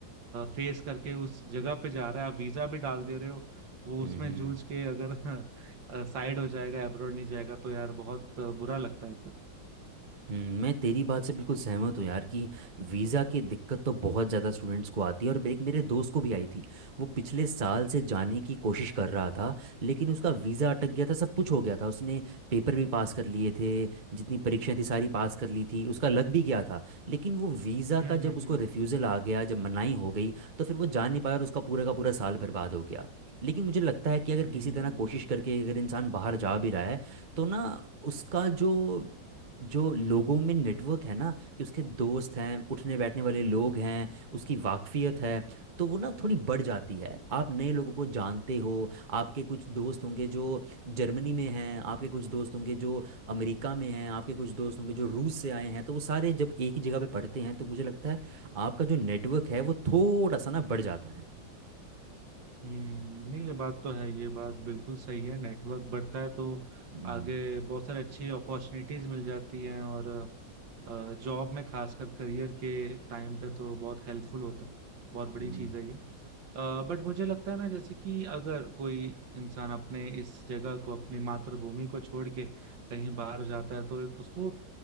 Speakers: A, on the right; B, on the right.
A: फेस करके उस जगह पे जा रहा है आप वीजा भी डाल दे रहे हो वो
B: हम्म
A: उसमें जूझ के अगर <laughs> साइड हो जाएगा अब्रॉड नहीं जाएगा तो यार बहुत अ, बुरा लगता है फिर
B: हम्म, मैं तेरी बात से बिल्कुल सहमत हूँ यार कि वीज़ा की दिक्कत तो बहुत ज़्यादा स्टूडेंट्स को आती है और एक मेरे दोस्त को भी आई थी वो पिछले साल से जाने की कोशिश कर रहा था लेकिन उसका वीज़ा अटक गया था सब कुछ हो गया था उसने पेपर भी पास कर लिए थे जितनी परीक्षाएं थी सारी पास कर ली थी उसका लग भी गया था लेकिन वो वीज़ा
A: हम्म
B: का
A: हम्म
B: जब उसको रिफ्यूज़ल आ गया जब मनाही हो गई तो फिर वो जा नहीं पाया और उसका पूरा का पूरा साल बर्बाद हो गया लेकिन मुझे लगता है कि अगर
A: हम्म
B: किसी तरह
A: हम्म
B: कोशिश करके अगर इंसान बाहर जा भी रहा है तो ना उसका जो जो लोगों में नेटवर्क है ना कि उसके दोस्त हैं उठने बैठने वाले लोग हैं उसकी वाकफियत है तो वो ना थोड़ी बढ़ जाती है आप नए लोगों को जानते हो आपके कुछ दोस्त होंगे जो जर्मनी में हैं आपके कुछ दोस्त होंगे जो अमेरिका में हैं आपके कुछ दोस्त होंगे जो रूस से आए हैं तो वो सारे जब एक ही जगह पे पढ़ते हैं तो मुझे लगता है आपका जो नेटवर्क है वो थोड़ा सा ना बढ़ जाता है
A: हम्म, नहीं ये बात तो है ये बात बिल्कुल सही है नेटवर्क बढ़ता है तो
B: हम्म
A: आगे बहुत सारी अच्छी अपॉर्चुनिटीज मिल जाती हैं और जॉब में खासकर करियर के टाइम पे तो बहुत हेल्पफुल होता है बहुत बड़ी
B: हम्म
A: चीज़ है ये बट मुझे लगता है ना जैसे कि अगर कोई इंसान अपने इस जगह को अपनी मातृभूमि को छोड़ के कहीं बाहर जाता है तो एक- उसको